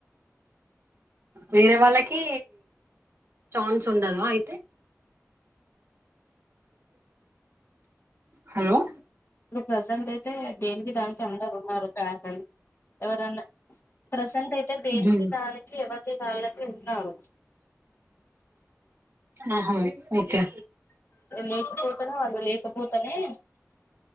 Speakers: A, on the right; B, on the left.
A: వేరే వాళ్ళకి ఛాన్స్ ఉండదా అయితే హలో
B: ఇప్పుడు ప్రజెంట్ అయితే దేనికి దానికి అందరు ఉన్నారు ఫ్యాటల్ ఎవరన్నా ప్రసెంట్ అయితే దేనికి
A: ఉమ్,
B: దానికి యువత వాళ్ళకి ఉన్నారు
A: ఆహా ఓకే
B: లేకపోతేనే వాళ్ళు లేకపోతేనే